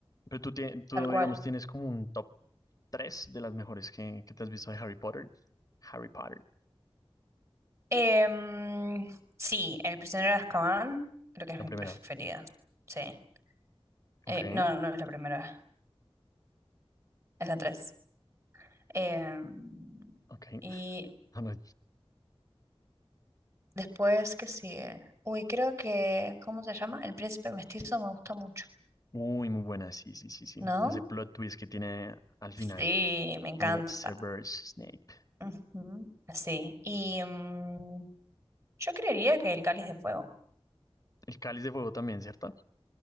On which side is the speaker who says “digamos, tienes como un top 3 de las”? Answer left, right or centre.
Left